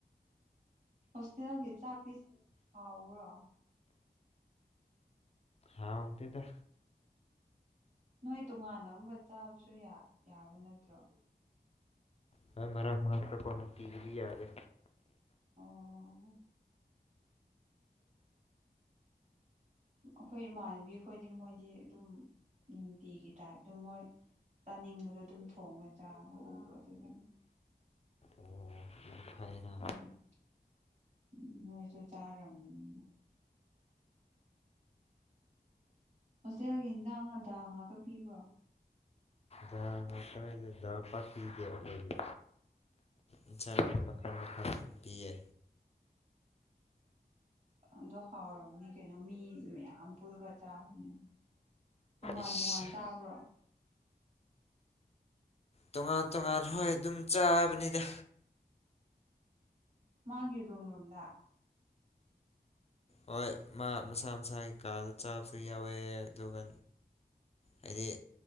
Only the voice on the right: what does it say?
ꯍꯣꯁꯇꯦꯜꯒꯤ ꯆꯥꯛꯇꯤ ꯍꯥꯎꯕ꯭ꯔꯣ
ꯅꯣꯏ ꯇꯣꯉꯥꯟꯅ ꯑꯝꯒ ꯆꯥꯕꯁꯨ ꯌꯥ ꯌꯥꯕ ꯅꯠꯇ꯭ꯔꯣ
ꯑꯣ ꯑꯩꯈꯣꯏ ꯏꯃꯥꯟꯅꯕꯤꯈꯣꯏꯗꯤ ꯃꯣꯏꯗꯤ ꯑꯗꯨꯝ ꯅꯨꯡꯇꯤꯒꯤ ꯇꯥꯏꯞꯇ ꯃꯣꯏ ꯆꯥꯅꯤꯡꯕꯗꯣ ꯑꯗꯨꯝ ꯊꯣꯡꯉ ꯆꯥꯕ ꯎꯕ ꯑꯗꯨꯒꯤꯅꯤ
<unintelligible> ꯅꯣꯏꯁꯨ ꯆꯥꯔꯝꯒꯅꯤꯅ ꯍꯣꯁꯇꯦꯜꯒꯤ ꯍꯤꯟꯖꯥꯡ ꯑ ꯗꯥꯜ ꯉꯥꯛꯇ ꯄꯤꯕ꯭ꯔꯣ
ꯑꯣ
ꯑꯗꯣ ꯍꯥꯎꯔꯝꯅꯤ ꯀꯩꯅꯣ ꯃꯤ ꯃꯌꯥꯝ ꯄꯨꯜꯂꯒ ꯆꯥꯕꯅꯤꯅ ꯇꯣꯉꯥꯟ
ꯇꯣꯉꯥꯟ ꯆꯥꯕ꯭ꯔꯣ
ꯃꯥꯒꯤ ꯔꯨꯝ ꯔꯨꯝꯗ